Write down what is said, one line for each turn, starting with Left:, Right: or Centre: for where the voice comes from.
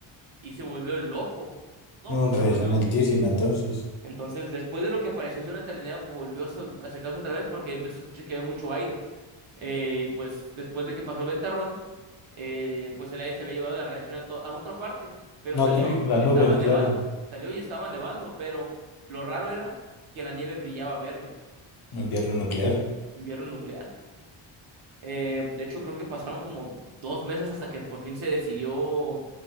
Right: y se volvió loco. Loco
Left: No, en
Right: se
Left: radiación
Right: volvió.
Left: altísima, entonces.
Right: Entonces, después de lo que pareció ser una eternidad, volvió a so- a acercarse otra vez porque empezó a escuchar que había mucho aire. Eh, y pues después de que pasó el ventarrón, eh, pues el aire se había llevado la radiación a, to- a otra parte, pero
Left: No,
Right: salió,
Left: ok, la
Right: estaba
Left: nube,
Right: nevando,
Left: claro.
Right: salió y estaba nevando, pero lo raro era que la nieve brillaba verde.
Left: Invierno nuclear.
Right: invierno nuclear. Eh, de hecho, creo que pasaron como dos meses hasta que por fin se decidió